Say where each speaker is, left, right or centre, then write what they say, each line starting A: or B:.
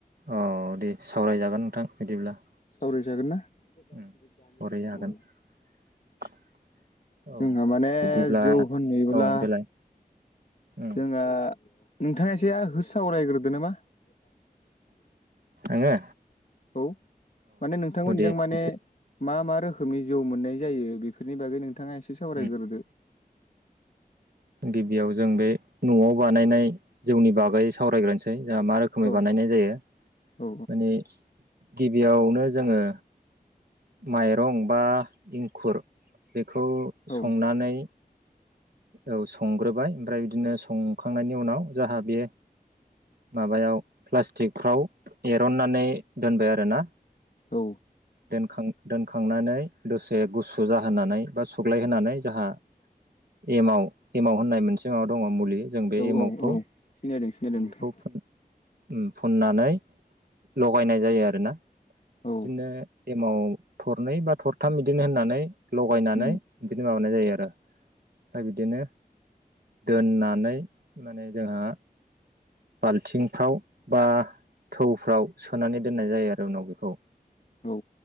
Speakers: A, on the right; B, on the left.
A: औ दे सावरायजागोन नोंथां बिदिब्ला।
B: सावराय जागोन ना
A: उम
B: <inaudible>
A: सावरायनो हागोन
B: औ।
A: <unintelligible>
B: जोंहा माने
A: बिदिब्ला
B: जौ होनैयोब्ला
A: औ देलाय उम
B: जोंहा नोंथाङा एसे हो सावरायग्रोदो नामा? <inaudible>
A: आङो
B: औ माने नोंथां मोननिजों
A: औ दे
B: माने
A: बिदि
B: मा मा रोखोमनि जौ मोननाय जायो बेफोरनि बागै‌ नोंथाङा एसे सावरायग्रोदो।
A: उम गिबियाव जों बे न'आव बानायनाय जौनि बागै सावरायग्रोनोसै जाहा मा रोख खोमै
B: औ
A: बानायनाय जायो माने
B: औ
A: गिबियावनो जोङो माइरं बा इंखुर बेखौ
B: औ
A: संनानै औ संग्रोबाय ओमफ्राय बिदिनो संखांनायनि उनाव जाहा बे माबायाव प्लास्टिकफ्राव एर'ननानै दोनबाय आरोना।
B: औ
A: दोनखां दोनखांनानै दसे गुसु जाहोनानै बा सुग्लायहोनानै जाहा एमाव एमाव होननाय मोनसे माबा दङ मुलि। जों बे
B: औ
A: एमावखौ
B: औ औ सिनायदों
A: <inaudible>
B: सिनायदों नोंथां
A: खौ फुन उम फुननानै लगायनाय जायो आरोना
B: औ
A: दिनो एमाव थरनै बा थरथाम बिदिनो होननानै लगायनानै
B: उम
A: बिदिनो माबानाय जायो आरो फ्राय बिदिनो दोननानै माने जोंहा बाल्थिंफ्राव बा थौफ्राव सोनानै दोननाय जायो आरो उनाव बेखौ।
B: औ